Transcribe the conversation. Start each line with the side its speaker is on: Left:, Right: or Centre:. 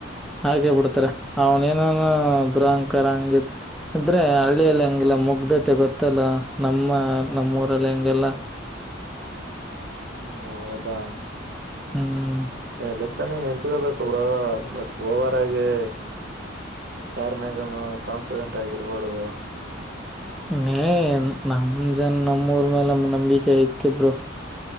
Centre: ಹಾಗೆ ಬಿಡ್ತಾರೆ ಅವನೇನು ದುರಂಕಾರ ಹಂಗಿದ್ ಇದ್ರೆ ಹಳ್ಳಿಯಲ್ಲಿ ಹಂಗಿಲ್ಲ ಮುಗ್ಧತೆ ಗೊತ್ತಲ್ಲ ನಮ್ಮ ನಮ್ಮೂರಲ್ಲಿ ಹಂಗೆಲ್ಲಾ.
Right: ಹೂ ಹೌದಾ
Centre: ಹ್ಮ್
Right: ಎಲೆಕ್ಷನ್ಗ್ ನಿಂತಗೋಬೇಕ ಬ್ರೋ ಬಟ್ ಓವರ್ ಆಗಿ ಯಾರ ಮ್ಯಾಗನು ಕಾನ್ಫಿಡೆಂಟ್ ಆಗಿರಬಾರದು.
Centre: ಮೇ ನಮ ಜನ್ ನಮ್ಮ ಊರ್ ಮೇಲೆ ನಮಗ ನಂಬಿಕೆ ಐತಿ ಬ್ರೋ